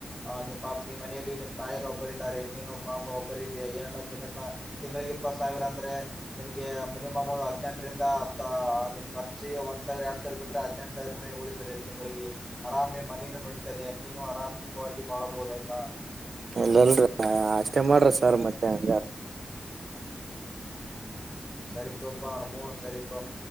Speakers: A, in the centre; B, on the right.
A: ಅ ನಿಮ್ ಪ ನಿಮ್ ಮನೆ ಲ್ಲಿ ನಿಮ್ ತಾಯಿರು ಒಬ್ಬರ ಇದಾರೆ ನೀನು ಪಾಪ ಒಬ್ಬರ ಇದ ಏನೆಲ್ಲ ದಿನಕ್ಕ ತಿಂಗಳಿಗೆ ಇಪ್ಪತ್ ಸಾವಿರ ಅಂದ್ರೆ ನಿನ್ಗೆ ಮಿನಿಮಮ್ ಹದಿನೆಂಟ್ ರಿಂದ ಆ ನಿನ್ ಖರ್ಚು ಒಂದ್ ಸಾವಿರ ಎರಡ್ ಸಾವಿರ ಬಿಟ್ರೆ ಹದಿನೆಂಟ್ ಸಾವಿರ ಉಳಿತದೆ ತಿಂಗಳಿಗೆ ಆರಾಮೇ ಮನಿ ನುಡೀತದೆ ನೀನು ಆರಾಮ್ ಸುಖವಾಗಿ ಬಾಳಬಹುದು ಆಯ್ತಾ
B: ಇಲ್ಲಲ್ರಿ ಅಷ್ಟೇ ಮಾಡ್ರಿ ಸರ್ ಮತ್ತೆ ಹಂಗ
A: ಹ್ಮ ಸರಿತೋಪ ಅ <unintelligible> ಣ ಸರಿತ